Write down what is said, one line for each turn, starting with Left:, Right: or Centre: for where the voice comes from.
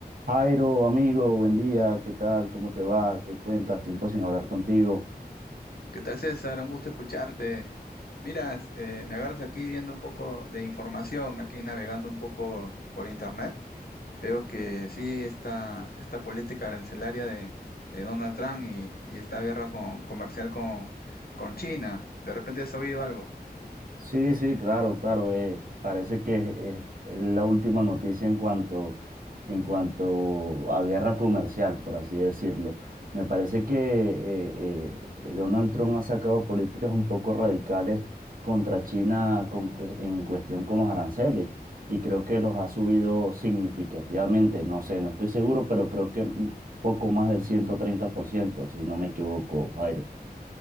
Right: Jairo, amigo, buen día, ¿qué tal? ¿Cómo te va? ¿Qué cuentas? Tiempo sin hablar contigo.
Left: ¿Qué tal, César? Un gusto escucharte. Mira, eh, me agarras aquí viendo un poco de información, aquí navegando un poco por internet. Veo que sí, esta, esta política arancelaria de, de Donald Trump y, y esta guerra con- comercial con, con China. ¿De repente has oído algo?
Right: Sí, sí, claro, claro. eh, parece que es, es la última noticia en cuanto, en cuanto a guerra comercial, por así decirlo. Me parece que eh, eh, Donald Trump ha sacado políticas un poco radicales contra China con cue- en cuestión con los aranceles y creo que los ha subido significativamente. No sé, no estoy seguro, pero creo que un poco más del 130%, si no me equivoco, Jairo.